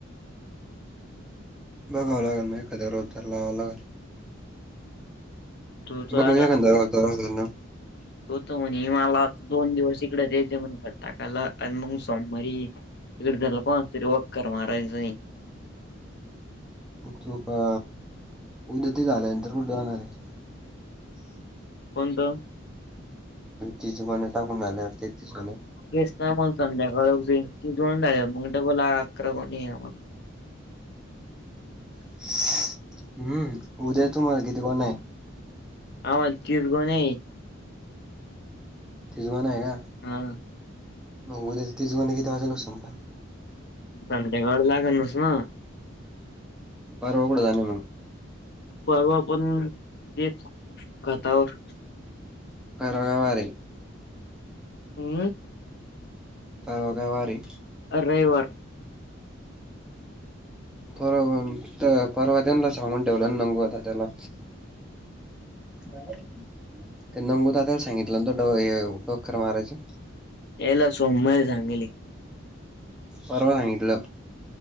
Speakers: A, in the centre; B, on the left.
A: बघावं लागेल, मग एखाद्या रोजदार लावं लागलं.
B: तो तो
A: बघनया
B: आता
A: खतना. <unintelligible>
B: तो तर म्हण हिमाल दोन दिवस इकडे रेज म्हण कर टाकायला आणि मग सोमवारी इडदला पा तरी वॉककर मारायचं.
A: तो प उद्या ते झालाय नंतर कुठे जाणार आहे.
B: कोणतं.
A: तिच गणे टाकून झालेते तिच गणे
B: तेच ना मग संध्याकाळी दोन झालेयात मग डबल आक्रमण आहे मला.
A: <inaudible> हम्म उद्या तू मला किती कोण आहे.
B: आम्हाला तीस गोण्या आहे
A: तिजवा नाही आहे का,
B: हा
A: बघू तेिजवा ना की त्याच्याच लोक सांग पण.
B: संध्या गाळ लाग नस ना.
A: परर्वा कुठं जाणार मग.
B: परर्वा पण तेच घातावर.
A: परगावारी.
B: हम्म
A: परवा काय वारी.
B: रविवार.
A: पर परवा तेव्हा सांगून ठेवलं ना, नंगू आता त्याला. काय <unintelligible> ते नंगूत दादाला सांगितलं नत ड वक्करर मारायच.
B: ला सोमवारी सांगेली.
A: परवा सांगटलं.